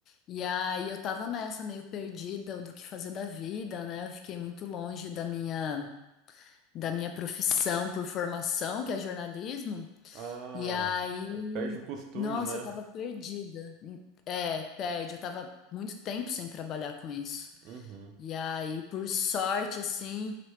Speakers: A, on the left (about 40°); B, on the right (about 50°).
A: E aí eu tava nessa, meio perdida do que fazer da vida, né? Eu fiquei muito longe da minha, da minha profissão por formação, que é jornalismo.
B: Ah,
A: E aí,
B: perde o costume,
A: nossa,
B: né?
A: eu tava perdida. É, perde. Eu tava muito tempo sem trabalhar com isso.
B: Uhum.
A: E aí, por sorte, assim,